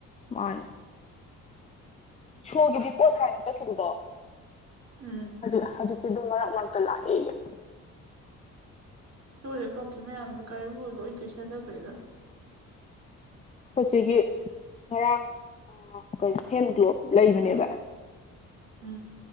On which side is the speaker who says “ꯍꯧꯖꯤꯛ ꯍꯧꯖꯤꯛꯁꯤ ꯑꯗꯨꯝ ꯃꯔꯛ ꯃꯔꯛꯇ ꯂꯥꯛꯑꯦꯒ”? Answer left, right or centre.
Left